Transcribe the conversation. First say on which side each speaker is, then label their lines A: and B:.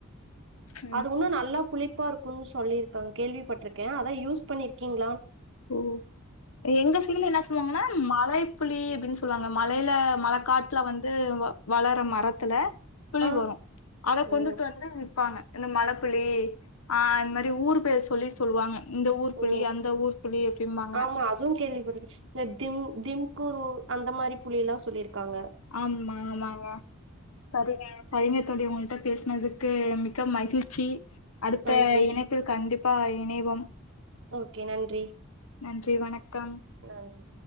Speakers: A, on the left; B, on the right.
A: ம்.
B: அது ஒண்ணு நல்லா புளிப்பா இருக்குன் சொல்லிருக்காங் கேள்விப்பட்டுருக்க அதா யூஸ் பண்ணிருக்கீங்
A: ஓ எங்க சீல என்ன சொல்லுவாங்கன்னா மலை புளி அப்டின் சொல்வாங்க மலைல மழக்காட்டுல வந்து வளர மரத்துல கபுளி
B: ஆ
A: வரு அத கொண்டுட்டு
B: ஓ
A: வந்து விப்பாங்க இந்த மலப்புளி ஆ இந்த மாரி ஊரு பேரு சொல்லி சொல்லுவாங்க இந்த ஊர் புளி
B: ஓ
A: அந்த ஊர் அப்டிம்பாங்க
B: ஆமா அதுவு கேள்விப்பட்டுருக்க <unintelligible> ம் திம்குரு அந்த மாரி புள் எல்லா சொல்லிருக்காங்க
A: ஆம்மா ஆமாவா சரிங்க சரிங்கத் தோழி உங்கள்ட பேசுனதுக்கு மிக்க மகிழ்ச்சி அடுத்த
B: நன்றி
A: இணைப்பில் கண்டிப் ப்பா இணைவோம்
B: ஓகே நன்றி
A: நன்றி வணக்கம்
B: நன்றி